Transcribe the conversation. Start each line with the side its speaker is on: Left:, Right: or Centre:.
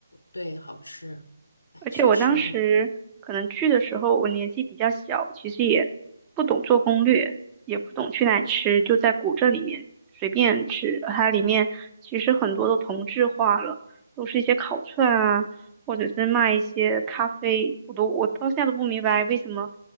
Left: 对好吃，哎确实，
Right: 而且我当时可能去的时候，我年纪比较小，其实也不懂做攻略，也不懂去哪里吃，就在古镇里面随便吃。它里面其实很多都同质化了，都是一些烤串啊，或者是卖一些咖啡。我都我到现在都不明白为什么